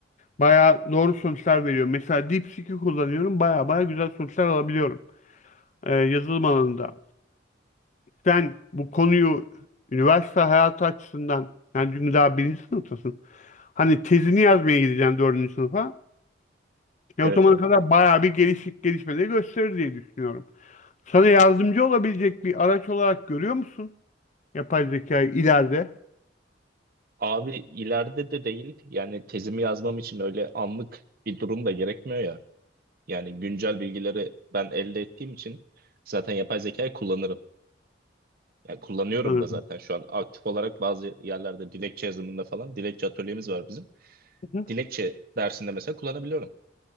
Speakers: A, on the left (about 40°); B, on the right (about 50°).
A: Bayağı doğru sonuçlar veriyor. Mesela DeepSeek'i kullanıyorum. Bayağı bayağı güzel sonuçlar alabiliyorum e, yazılım alanında. sen bu konuyu üniversite hayatı açısından yani çünkü daha birinci sınıftasın. Hani tezini yazmaya gideceksin dördüncü sınıfa. Ya
B: Evet
A: o zamana
B: abi.
A: kadar bayağı bir gelişik gelişmeleri gösterir diye düşünüyorum. Sana yardımcı olabilecek bir araç olarak görüyor musun? Yapay zekayı ileride.
B: Abi ileride de değil yani tezimi yazmam için öyle anlık bir durum da gerekmiyor ya. Yani güncel bilgileri ben elde ettiğim için zaten yapay zekayı kullanırım. Yani kullanıyorum
A: Anladım.
B: da zaten şu an aktif olarak bazı yerlerde dilekçe yazımında falan dilekçe atölyemiz var bizim.
A: Hı hı.
B: Dilekçe dersinde mesela kullanabiliyorum.